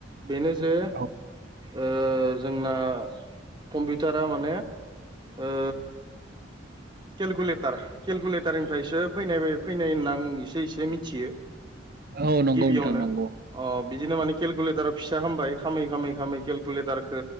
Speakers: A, on the right; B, on the right.
A: बेनो जे
B: औ
A: ओ जोंना कम्पिउटारा माने, ओ केलकुलेटार केलकुलेटारनिफ्रायसो फैनाय फैनाय होनना आं इसे इसे मिथियो।
B: औ नंगौ
A: गिबियावनो
B: नोंथां नंगौ।
A: अ बिदिनो माने केलकुलेटाराव फिसा खामबाय खामै खालामै खालामै केलकुलेटारखो